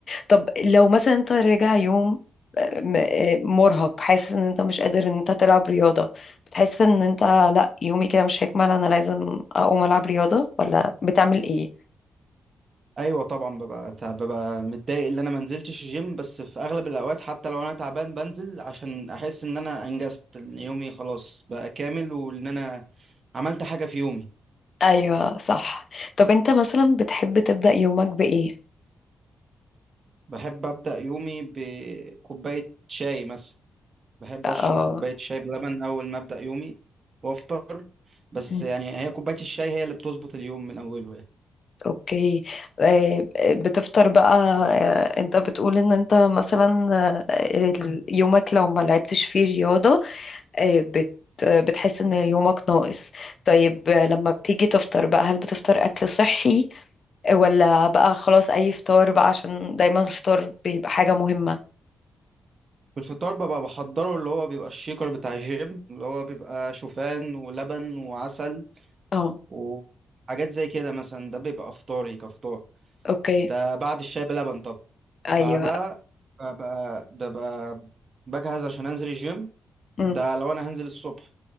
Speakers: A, on the left; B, on the right.
A: طب لو مثلا انت راجع يوم آه، م- آه، مرهق حاسس ان انت مش قادر ان انت تلعب رياضة بتحس ان انت لا يومي كده مش هيكمل انا لازم اقوم العب رياضة ولا بتعمل ايه؟
B: أيوة طبعا ببقى تعب ببقى متضايق إن أنا ما نزلتش الجيم بس في أغلب الأوقات حتى لو أنا تعبان بنزل عشان أحس إن أنا أنجزت إن يومي خلاص بقى كامل وإن أنا عملت حاجة في يومي
A: ايوه صح طب انت مثلا بتحب تبدأ يومك بإيه؟
B: بحب أبدأ يومي بكوباية شاي مثلا بحب
A: اه
B: اشرب كوبايه شاي بلبن اول ما ابدا يومي وافطر بس
A: أمم،
B: يعني هي كوبايه الشاي هي اللي بتظبط اليوم من اوله يعني
A: اوكي آه، بتفطر بقى آه، انت بتقول ان انت مثلا آه، ال- يومك لو ما لعبتش فيه رياضة آه، بت بتحس ان يومك ناقص طيب آه، لما بتيجي تفطر بقى هل بتفطر اكل صحي ولا بقى خلاص اي فطار بقى عشان دايما الفطار بيبقى حاجة مهمة
B: في الفطار ببقى بحضره اللي هو بيبقى الشيكر بتاع الجيم اللي هو بيبقى شوفان ولبن وعسل
A: اه
B: وحاجات زي كده مثلا ده بيبقى افطاري كفطار
A: اوكي
B: ده بعد الشاي بلبن طب
A: ايوه
B: بعدها ببقى ببقى بجهز عشان انزل الجيم
A: أمم،
B: ده لو انا هنزل الصبح